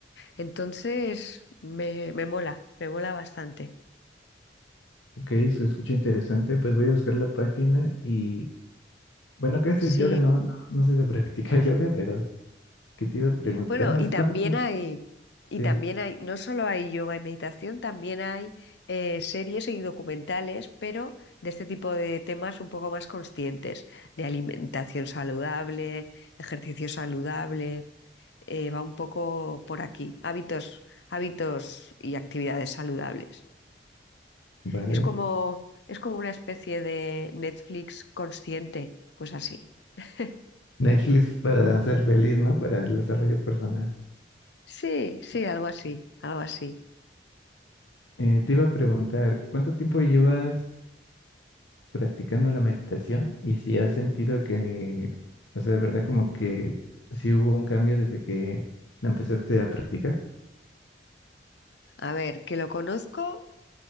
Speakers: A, on the left; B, on the left.
A: Entonces, me, me mola, me mola bastante.
B: ok, se escucha interesante. Pues voy a buscar la página y bueno, ¿qué es
A: Si
B: el yoga? No, no, no sé de <laughs> practicar yoga, pero que te iba a preguntar
A: Bueno,
B: más
A: y también
B: cuánto.
A: hay, y
B: te-
A: también
B: Sí,
A: hay, no solo hay yoga y meditación, también hay eh, series y documentales, pero de este tipo de temas un poco más conscientes, de alimentación saludable, ejercicio saludable, eh, va un poco por aquí, hábitos, hábitos y actividades saludables.
B: vale.
A: Es como, es como una especie de Netflix consciente, pues así. <laughs>
B: Netflix para ser feliz, ¿no? Para el desarrollo personal.
A: Sí, sí, algo así, algo así.
B: Eh, te iba a preguntar, ¿cuánto tiempo llevas practicando la meditación? Y si has sentido que, o sea, de verdad como que sí hubo un cambio desde que la empezaste a practicar.
A: A ver, que lo conozco.